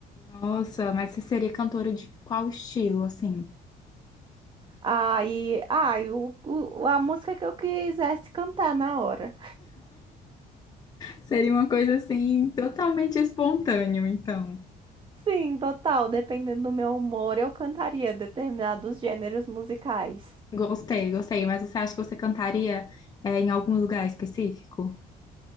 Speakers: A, on the left; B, on the right.
A: nossa, mas você seria cantora de qual estilo, assim?
B: Aí, ai, o, o- a música que eu quisesse cantar na hora.
A: Seria uma coisa assim, totalmente espontâneo, então.
B: Sim, total, dependendo do meu humor, eu cantaria determinados gêneros musicais.
A: Gostei, gostei. Mas você acha que você cantaria, é, em algum lugar específico?